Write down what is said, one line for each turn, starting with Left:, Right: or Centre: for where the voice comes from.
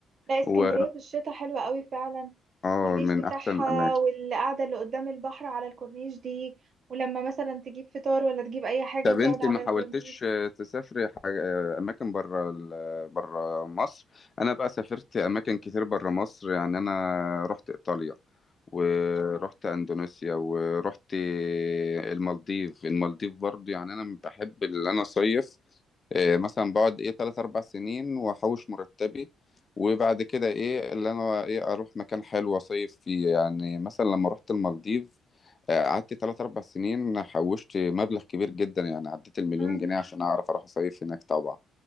Right: لا اسكندرية
Left: و
Right: في الشتاء حلوة قوي فعلا
Left: اه
Right: الكورنيش
Left: من
Right: بتاعها
Left: احسن الاماكن
Right: والقعدة اللي قدام البحر على الكورنيش دي ولما مثلا تجيب فطار ولا تجيب اي حاجة
Left: طب
Right: وتقعد
Left: انت
Right: على
Left: ما حاولتش
Right: الكورنيش
Left: آه، تسافري ح- آه، اماكن بره ال- بره مصر انا بقى سافرت اماكن كتير بره مصر يعني انا رحت ايطاليا ورحت اندونيسيا ورحت المالديف المالديف برضو يعني انا بحب اللي انا صيف إيه مثلا بقعد ايه تلات اربع سنين واحوش مرتبي وبعد كده ايه اللي انا ايه اروح مكان حلو اصيف فيه يعني مثلا لما رحت المالديف آه، قعدت تلات اربع سنين حوشت مبلغ كبير جدا يعني عديت المليون
Right: امم
Left: جنيه عشان اعرف اروح اصيف هناك طبعا